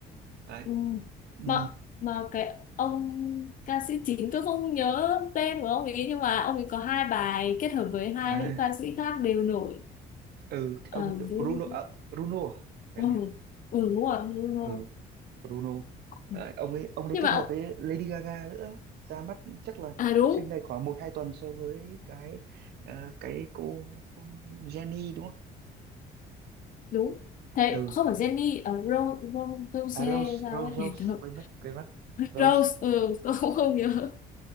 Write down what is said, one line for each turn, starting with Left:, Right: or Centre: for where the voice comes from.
Right: đấy
Left: ừ.
Right: ừ.
Left: mà mà cái ông ca sĩ chính tôi không nhớ tên của ông ấy nhưng mà ông ấy có hai bài kết hợp với hai
Right: à
Left: nữ ca sĩ khác đều nổi
Right: ừ cái
Left: ờ
Right: ông tự-
Left: Bruno
Right: Bruno à, Bruno à? phải
Left: ừ,
Right: không nhỉ
Left: ừ đúng rồi Bruno
Right: ừ Bruno
Left: Ừ.
Right: Đấy, ông ấy ông ấy
Left: nhưng
Right: kết
Left: mà
Right: hợp
Left: ông-
Right: với Lady Gaga nữa ra mắt chắc là
Left: à đúng
Right: trên này khoảng một hai tuần so với cái ờ, cái cô, cô Jenny đúng không
Left: đúng thế
Right: ừ
Left: không phải Jenny ở Rose Rose Rose
Right: à Rose
Left: sao
Right: Rose
Left: ấy
Right: Rose
Left: <laughs>
Right: quên mất quên mất Rose
Left: Rose ừ tôi cũng không nhớ